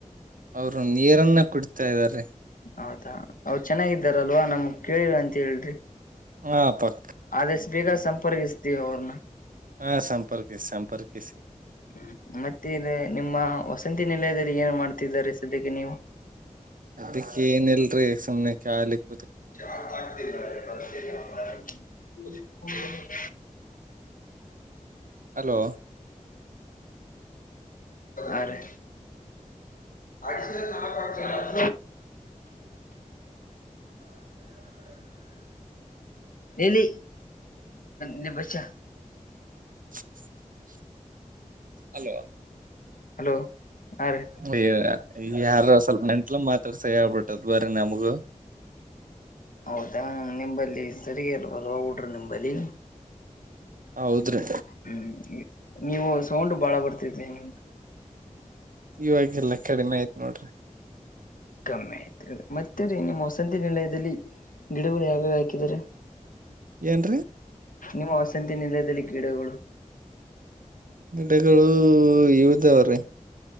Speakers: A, on the right; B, on the left.
A: ಅವರು ನೀರನ್ನ ಕುಡ್ತಾ ಇದ್ದಾರೆ
B: ಹೌದಾ ಅವರು ಚೆನ್ನಾಗಿದ್ದಾರಲ್ವಾ ನಮ್ ಕೇಳರ ಅಂತ ಹೇಳ್ರಿ
A: ಹಾ ಪ್ಪ
B: ಆದಷ್ಟ ಬೇಗ ಸಂಪರ್ಕಿಸ್ತೀವಿ ಅವ್ರನ್ನ
A: ಹಾ ಸಂಪರ್ಕಿಸಿ ಸಂಪರ್ಕಿಸಿ
B: ಹ್ಮ ಮತ್ತೆ ನಿಮ್ಮ ವಸಂತ ಹ ನಿಲಯದಲ್ಲಿ ಏನು ಮಾಡ್ತಿದ್ದಾರೆ ಸದ್ಯಕ್ಕೆ ನೀವು
A: ಅದಕ್ಕೆ ಏನ ಇಲ್ರರಿ ಸುಮ್ನೆ ಕಾಲಿಕ್ಕೆ
B: <unintelligible>
A: ಹಲೋ
B: ಅರೆ ಅಡಿಸರ ನಾಕ ಎಲ್ಲಿ ನೀ ಬಚ್ಚಾ
A: <inaudible> ಅಲ್ಲೋ
B: ಹಲೋ ಹಾ ರೀ
A: ಹಯ್ಯ ಯಾರ ಸ್ವಲ್ಪ ನೆಂಟ್ಲ ಮಾತಾಡ್ ಯಪಟ್ಟದು ಬರೆ ನಮಗೆ
B: ಹೌದಾ ನಿಂಬಲ್ಲಿ ಸರಿಗಲ್ವಲ್ ಡ್ರ ನಿಂಬಲ್ಲಿ
A: ಹೌದ್ರಿ
B: ಹ್ಮ್ ನೀವು ಸೌಂಡ್ ಬಾಳ ಬರ್ತಿದರಿ ನಂತ
A: ಇವಾಗೆಲ್ಲ ಕಡಿಮೆ ಆಯ್ತ್ ನೋಡ್ರಿ
B: ಕಮ್ಮಿ ಆಯ್ತ ಮತ್ತೆ ನಿಮ್ಮ ವಸಂತಿ ನಿಲಯದಲ್ಲಿ ಗಿಡಗಳು ಯಾವ್ಯಾವ ಹಾಕಿದಿದ್ದಾರೆ
A: ಏನ್
B: ನಿಮ್ಮ ವಸಂತಿ ನಿಲಯದಲ್ಲಿ ಗಿಡಗಳು
A: ಗಿಡಗಳು ಇದವ್ರೆ